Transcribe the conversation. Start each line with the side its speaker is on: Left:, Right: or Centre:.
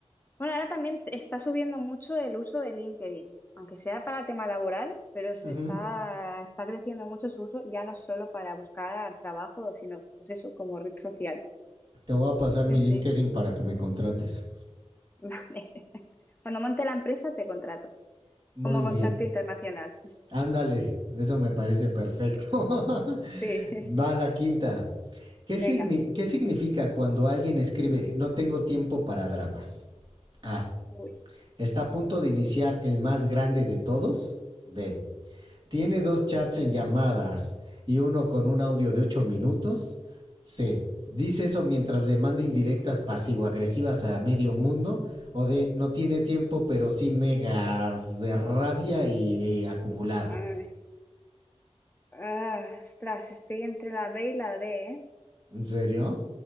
Left: Bueno, ahora también se está subiendo mucho el uso de LinkedIn, aunque sea para tema laboral, pero se
Right: Ujú.
Left: está, está creciendo mucho su uso, ya no solo para buscar trabajo, sino pues eso, como red social.
Right: Te voy a pasar mi
Left: Sí,
Right: LinkedIn
Left: sí.
Right: para que me contrates.
Left: <laughs> Vale. Cuando monte la empresa, te contrato.
Right: Muy
Left: Como contacto
Right: bien.
Left: internacional.
Right: Ándale, eso me parece perfecto. <laughs>
Left: Sí, <laughs>
Right: Va la quinta. ¿Qué,
Left: venga.
Right: signi- qué significa cuando alguien escribe no tengo tiempo para dramas? A.
Left: Uy.
Right: Está a punto de iniciar el más grande de todos. B. tiene dos chats en llamadas y uno con un audio de 8 minutos. C. Dice eso mientras le manda indirectas pasivo-agresivas a medio mundo. O D. No tiene tiempo, pero sí megas de rabia y, eh, acumulada.
Left: Ay. Ah, ostras, estoy entre la B y la D, ¿eh?
Right: ¿En serio?